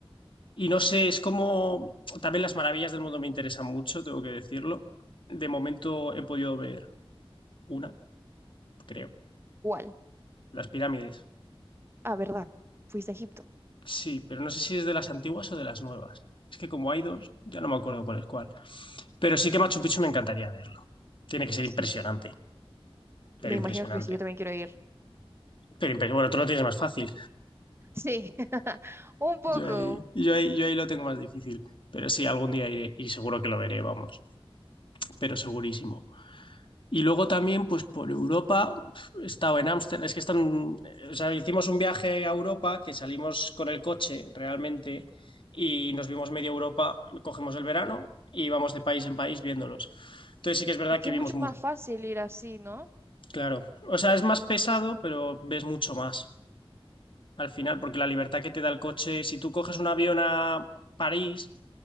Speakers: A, on the left (about 55°); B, on the right (about 25°).
A: Y no sé, es como también las maravillas del mundo me interesan mucho, tengo que decirlo. De momento he podido ver una, creo,
B: igual.
A: las pirámides.
B: Ah, ¿verdad? Fuiste a Egipto.
A: Sí, pero no sé si es de las antiguas o de las nuevas. Es que como hay dos, ya no me acuerdo cuál es cuál. Pero sí que Machu Picchu me encantaría verlo. Tiene que ser impresionante,
B: Sí.
A: pero
B: Me imagino
A: impresionante.
B: que sí, yo también quiero ir.
A: Pero impre- bueno, tú lo tienes más fácil.
B: Sí, <laughs> un poco.
A: Yo ahí, yo ahí, yo ahí lo tengo más difícil. Pero sí, algún día iré y seguro que lo veré, vamos. Pero segurísimo. Y luego también, pues por Europa, he estado en Ámsterdam, es que están, o sea, hicimos un viaje a Europa que salimos con el coche realmente y nos vimos media Europa, cogemos el verano y vamos de país en país viéndolos. Entonces sí que es verdad
B: Es que
A: que
B: es
A: vimos
B: mucho
A: muy,
B: más fácil ir así, ¿no?
A: claro, o sea, es más pesado, pero ves mucho más al final, porque la libertad que te da el coche, si tú coges un avión a París,